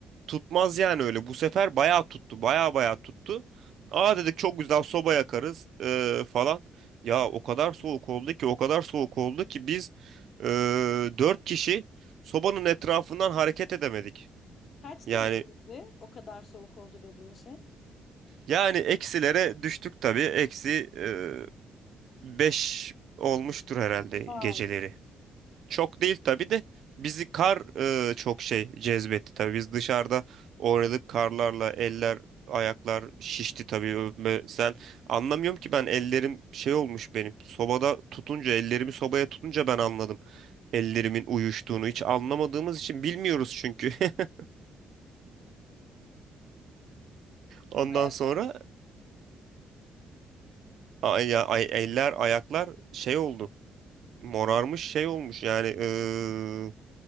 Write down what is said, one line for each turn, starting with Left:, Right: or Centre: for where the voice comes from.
Right: tutmaz yani öyle. Bu sefer bayağı tuttu. Bayağı bayağı tuttu. Aa dedik çok güzel soba yakarız eee, falan. Ya o kadar soğuk oldu ki o kadar soğuk oldu ki biz eee dört kişi sobanın etrafından hareket edemedik.
Left: Kaç
Right: Yani
Left: dereceydi o kadar soğuk oldu dediğin şey?
Right: yani eksilere düştük tabii. Eksi e, 5 olmuştur herhalde geceleri.
Left: Vay,
Right: Çok değil tabii de bizi kar e, çok şey cezbetti tabii. Biz dışarıda oynadık karlarla eller ayaklar şişti tabii. Ö- Ve sen anlamıyorum ki ben ellerim şey olmuş benim. Sobada tutunca ellerimi sobaya tutunca ben anladım. Ellerimin uyuştuğunu hiç anlamadığımız için bilmiyoruz çünkü. <laughs> Ondan
Left: ayak
Right: sonra ay, ya- ay, eller ayaklar şey oldu. Morarmış şey olmuş yani eee,